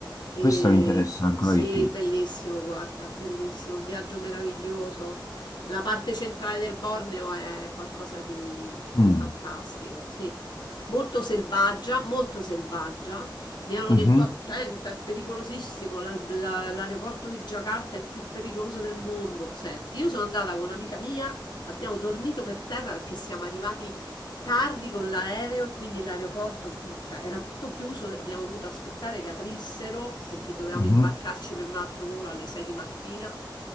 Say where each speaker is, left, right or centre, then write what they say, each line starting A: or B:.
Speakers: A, on the left (about 60°); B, on the left (about 45°).
A: E
B: questa mi interessa ancora
A: sì,
B: di più.
A: bellissimo, guarda, bellissimo, un viaggio meraviglioso. La parte centrale del Borneo è qualcosa di, di
B: Mm,
A: fantastico, sì molto selvaggia, molto selvaggia. Mi hanno
B: mhm,
A: detto attenta, è pericolosissimo, l'al- la- l'aeroporto di Jakarta è il più pericoloso del mondo. Senti, io sono andata con un'amica mia, abbiamo dormito per terra perché siamo arrivati tardi con l'aereo e quindi l'aeroporto, mh, cioè era tutto chiuso, abbiamo dovuto aspettare che aprissero perché dovevamo
B: mhm.
A: imbarcarci per un altro volo alle 6 di mattina.